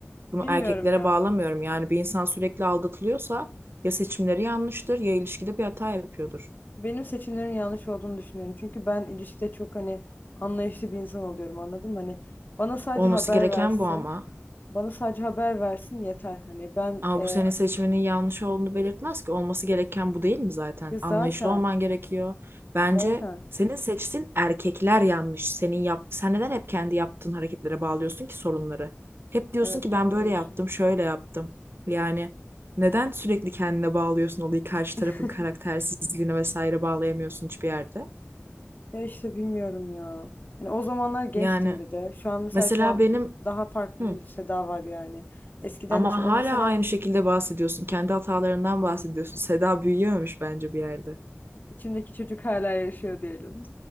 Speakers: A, on the right; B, on the left.
A: Bunu
B: Bilmiyorum
A: erkeklere
B: ya.
A: bağlamıyorum. Yani bir insan sürekli aldatılıyorsa ya seçimleri yanlıştır ya ilişkide bir hata yapıyordur.
B: Benim seçimlerim yanlış olduğunu düşünüyorum. Çünkü ben ilişkide çok hani anlayışlı bir insan oluyorum anladın mı? Hani bana sadece
A: Olması
B: haber
A: gereken
B: versin.
A: bu ama.
B: Bana sadece haber versin yeter. Hani ben
A: Aa,
B: e,
A: bu sene seçmenin yanlış olduğunu belirtmez ki. Olması gereken bu değil mi zaten?
B: ya zaten
A: Anlayışlı olman gerekiyor. Bence
B: zaten
A: senin seçtiğin erkekler yanlış. Senin yap Sen neden hep kendi yaptığın hareketlere bağlıyorsun ki sorunları? Hep diyorsun
B: evet
A: ki ben
B: doğru
A: böyle
B: diyorsun.
A: yaptım, şöyle yaptım. Yani neden sürekli kendine bağlıyorsun olayı karşı
B: <laughs>
A: tarafın karaktersizliğine vesaire bağlayamıyorsun hiçbir yerde?
B: Ya işte bilmiyorum ya. Hani o zamanlar gençtim
A: Yani
B: bir de. Şu an mesela
A: mesela
B: şu an
A: benim
B: daha farklı
A: Hı.
B: bir seda var yani. Eskiden
A: ama
B: hiç o
A: hala
B: mesela
A: aynı şekilde bahsediyorsun. Kendi hatalarından bahsediyorsun. Seda büyüyememiş bence bir yerde.
B: içimdeki çocuk hala yaşıyor diyelim.